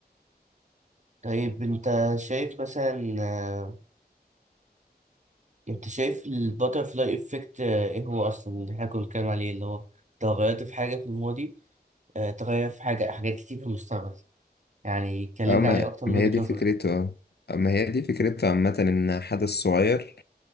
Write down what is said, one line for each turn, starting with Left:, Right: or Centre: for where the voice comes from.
Right: طيب أنت شايف مثلا آه، انت شايف الباترفلاي افكت ايه هو اصلا اللي احنا كنا بنتكلم عليه اللي هو تغيرت في حاجه في الماضي آه، تغير في حاجة حاجات كتير في المستقبل يعني كلمني
Left: اه ما
Right: عليه أكتر من
Left: ما
Right: وجهة
Left: هي دي
Right: نظرك
Left: فكرته اه آه، ما هي دي فكرته عامة ان حدث صغير